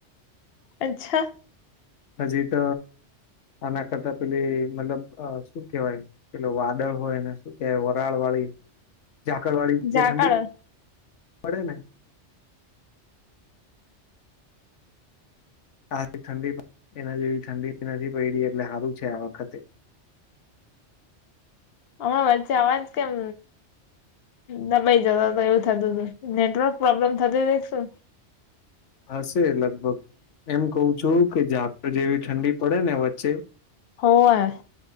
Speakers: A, on the left; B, on the left.
A: અચ્છા.
B: હજી ત આના કરતા પેલી મતલબ અ શું કેવાય. પેલો વાદળ હોય એને શું કે વરાળ વાળી ઝાકળવાળી
A: ઝાકળ
B: જે ઠંડી પડે ને હારી ઠંડી એના જેવી ઠંડી નથી પયડી એટલે હારું છે આ વખતે.
A: હમણાં વચ્ચે આવાજ કેમ દબાઈ જતો તો એવું થતું તું. નેટવર્ક પ્રોબ્લેમ થતી તી કે શું?
B: હશે લગભગ. એમ કઉ છું કે જાકળ જેવી ઠંડી પડે ને વચ્ચે
A: હોવે.